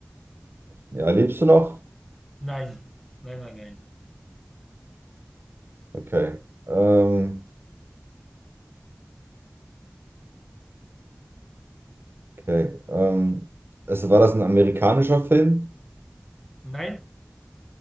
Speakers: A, on the right (about 45°); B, in the centre.
A: Ja, lebst du noch?
B: Nein, nein, nein, nein.
A: Okay. Ähm, okay. Ähm, es, war das ein amerikanischer Film?
B: Nein,